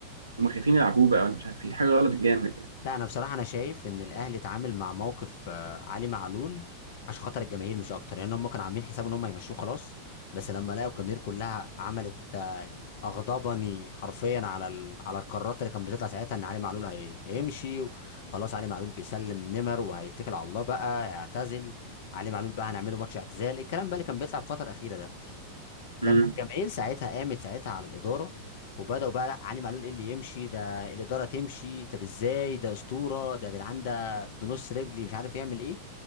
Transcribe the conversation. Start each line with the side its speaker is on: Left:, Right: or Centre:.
Right: هم خايفين يلعبوه بقى انا مش عارف في حاجه غلط جامد يعني
Left: لا انا بصراحه انا شايف ان الاهلي اتعامل مع موقف آه، علي معلول عشان خاطر الجماهير مش اكتر لان هم كانوا عاملين حساب ان هم هيمشوه خلاص بس لما لقوا الجماهير كلها عملت آه، اغضبني حرفيا على ال... على القرارات اللي كانت بتطلع ساعتها ان علي معلول هي... هيمشي خلاص علي معلول بيسلم نمر وهيتكل على الله بقى هيعتزل علي معلول بقى هنعمله ماتش اعتزال الكلام بقى اللي كان بيطلع في الفتره الاخيره ده لما
Right: امم
Left: الجماهير ساعتها قامت ساعتها على الاداره وبداوا بقى لا علي معلول ايه اللي يمشي ده الاداره تمشي طب ازاي ده اسطوره ده يا جدعان ده بنص رجلي مش عارف يعمل ايه